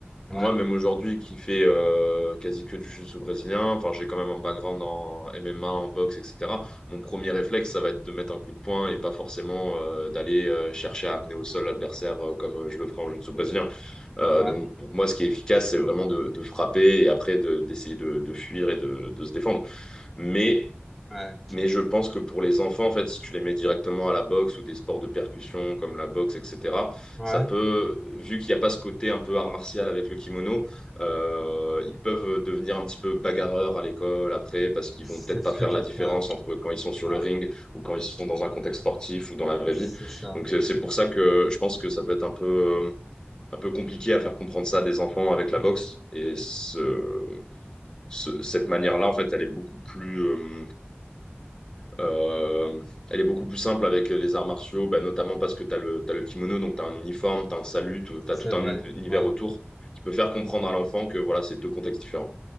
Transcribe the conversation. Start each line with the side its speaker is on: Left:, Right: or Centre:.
Centre: Ouais,
Left: Moi, même aujourd'hui, qui fait euh, quasi que du jiu-jitsu brésilien, enfin, j'ai quand même un background en MMA, en boxe, etc. Mon premier réflexe, ça va être de mettre un coup de poing et pas forcément euh, d'aller euh, chercher à amener au sol l'adversaire euh, comme je le ferai en jiu-jitsu brésilien. Euh,
Centre: ouais,
Left: donc, pour moi, ce qui est efficace, c'est vraiment de, de frapper et après de- d'essayer de, de fuir et de, de se défendre. Mais
Centre: ouais,
Left: mais je pense que pour les enfants, en fait, si tu les mets directement à la boxe ou des sports de percussion comme la boxe, etc.,
Centre: ouais.
Left: ça peut, vu qu'il n'y a pas ce côté un peu art martial avec le kimono, euh, ils peuvent devenir un petit peu bagarreurs à l'école après parce qu'ils
Centre: C'est
Left: vont peut-être
Centre: ce
Left: pas faire
Centre: que j'ai
Left: la différence
Centre: peur.
Left: entre quand ils sont sur
Centre: Ouais,
Left: le ring ou quand ils sont dans un contexte sportif ou dans la vraie
Centre: c'est
Left: vie.
Centre: ça.
Left: Donc c'est c'est pour ça que je pense que ça peut être un peu, euh, un peu compliqué à faire comprendre ça à des enfants avec la
Centre: Mhm.
Left: boxe et ce, ce- cette manière-là, en fait, elle est beaucoup plus euh, euh, elle est beaucoup plus simple avec les arts martiaux, bah, notamment parce que tu as le, t'as le kimono, donc tu as un uniforme, tu as un salut, tu as
Centre: C'est
Left: tout
Centre: vrai.
Left: un uni- univers
Centre: Ouais.
Left: autour qui peut faire comprendre à l'enfant que voilà, c'est deux contextes différents.